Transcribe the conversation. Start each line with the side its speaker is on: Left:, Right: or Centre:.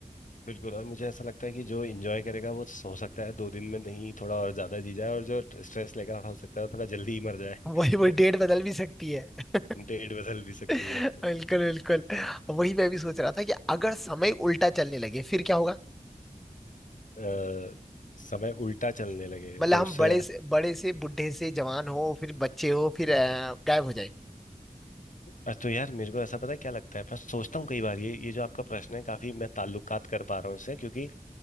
Left: बिल्कुल और मुझे ऐसा लगता है कि जो इंजॉय करेगा वो हो सकता है दो दिन में नहीं थोड़ा और ज्यादा जी जाए और जो स्ट्रेस लेगा हो सकता है वो थोड़ा जल्दी ही मर जाए
Centre: वही वही डेट
Left: <laughs>
Centre: बदल भी सकती है
Left: डेट बदल भी सकती
Centre: <laughs>
Left: है
Centre: बिल्कुल बिल्कुल वही
Left: <laughs>
Centre: मैं भी सोच रहा था कि अगर समय उल्टा चलने लगे फिर क्या होगा
Left: अ, समय उल्टा चलने लगे
Centre: मतलब
Left: तो
Centre: हम
Left: उससे
Centre: बड़े से बड़े से बूढ़े से जवान हो फिर बच्चे हो फिर अ, गायब हो जाए
Left: बस तो यार मेरे को ऐसा पता है क्या लगता है मैं सोचता हूँ कई बार ये ये जो आपका प्रश्न है काफी मैं ताल्लुकात कर पा रहा हूँ इससे क्योंकि